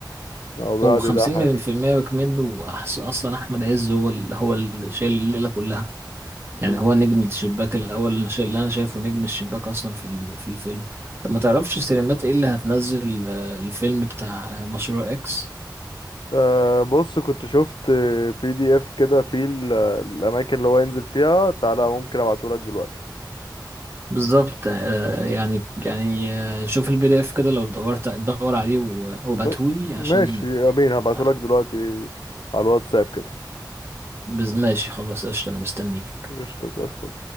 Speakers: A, on the left; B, on the right.
A: هو بيقعد
B: هو 50%
A: يضحك
B: منه أحس- اصلا احمد عز هو ال- هو اللي شايل الليله كلها يعني
A: بز-
B: هو نجم الشباك الاول اللي أنا شايف- اللي انا شايفه نجم الشباك اصلا في ال- في الفيلم طب ما
A: بالظبط
B: تعرفش سينمات ايه اللي هتنزل آه، الفيلم بتاع مشروع اكس
A: أه بص كنت شفت بي دي اف كده فيه ال- الاماكن اللي هو ينزل فيها تعالى ممكن ابعتهولك دلوقتي
B: بالظبط آه، يعني يعني آه، شوف البي دي اف كده لو دورت دور عليه و- وابعتهولي
A: طيب،
B: عشان
A: ماشي يا امين هبعتهولك
B: آه،
A: دلوقتي على الواتساب كده
B: بز- ماشي خلاص قشطة انا مستنيك
A: قشطة زي الفل